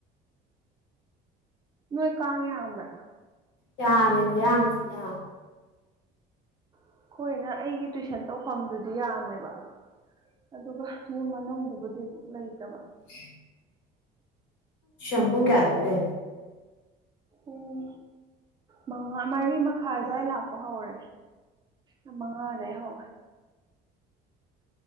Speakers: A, on the right; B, on the left.
A: ꯅꯣꯏꯣꯏ ꯀꯥꯉꯦ ꯌꯥꯕ
B: ꯀ ꯑꯃꯦꯈꯣꯏ ꯌꯥꯝꯝ ꯊ ꯌꯥꯝ
A: ꯑꯩꯣꯏꯅ ꯑꯩꯒꯤ ꯇꯨꯋꯏꯁꯟ ꯇꯧꯐꯝꯗꯨꯗꯤ ꯌꯥꯝꯃꯦꯕ ꯑꯗꯨꯒ ꯌꯨꯝ ꯃꯅꯨꯡꯗꯕꯨꯗꯤ ꯑꯃꯛ ꯂꯩꯇꯕ
B: ꯎ ꯝꯄꯨ ꯀꯌꯥꯗꯦ ꯇ
A: ꯎꯝ ꯃꯉꯥ ꯃꯔꯤ ꯃꯈꯥꯏ ꯑꯗꯨ꯭ꯋꯥꯏ ꯂꯥꯛꯄ ꯍꯧꯔꯦ ꯑ ꯃꯥꯗꯦ ꯍꯣ